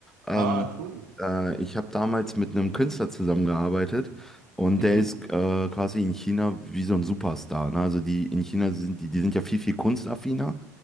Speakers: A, in the centre; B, on the right (about 80°).
A: Ähm,
B: Ah, cool.
A: äh, ich habe damals mit einem Künstler zusammengearbeitet und
B: Mhm,
A: der ist äh, quasi in China wie so ein Superstar. Ne? Also die in China sind die, die sind ja viel, viel kunstaffiner